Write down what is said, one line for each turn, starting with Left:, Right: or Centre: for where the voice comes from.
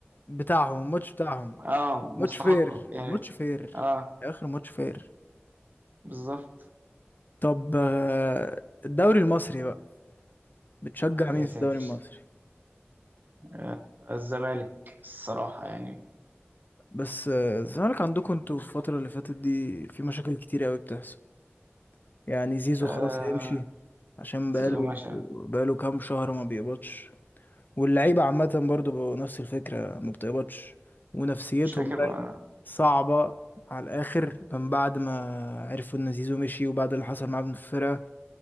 Left: بتاعهم الماتش بتاعهم
Right: اه مستحقه
Left: ماتش فير
Right: يعني
Left: الماتش فير
Right: اه
Left: اخر ماتش فير
Right: بالظبط
Left: طب آه، الدوري المصري بقى بتشجع
Right: يا
Left: مين في
Right: ساتر
Left: الدوري المصري
Right: آه الزمالك الصراحه يعني
Left: بس آه، الزمالك عندكم انتوا في الفترة اللي فاتت دي في مشاكل كتير قوي بتحصل يعني زيزو
Right: آه
Left: خلاص هيمشي عشان
Right: زيزو
Left: بقاله
Right: مشى
Left: بقاله كام شهر ما بيقبضش واللعيبة عامة برضو بقوا نفس الفكرة ما بتقبضش ونفسيتهم
Right: مش فاكر
Left: بقت
Right: بقى.
Left: صعبة على الآخر من بعد ما عرفوا إن زيزو مشي وبعد اللي حصل معاه في الفرقة